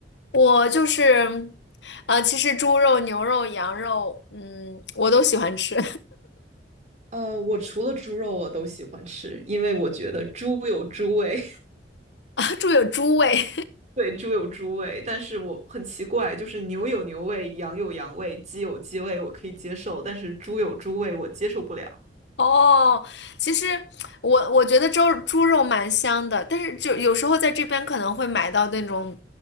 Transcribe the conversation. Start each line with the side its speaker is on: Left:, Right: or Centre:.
Left: 我就是，呃，其实猪肉、牛肉、羊肉，嗯，我都喜欢吃，
Right: 呃，我除了猪肉我都喜欢吃，因为我觉得猪有猪味，
Left: <laughs> 啊，猪有猪味。
Right: <laughs> 对，猪有猪味。但是我很奇怪，就是牛有牛味，羊有羊味，鸡有鸡味，我可以接受，但是猪有猪味，我接受不了。
Left: 哦，其实我我觉得猪猪肉蛮香的，但是就有时候在这边可能会买到那种，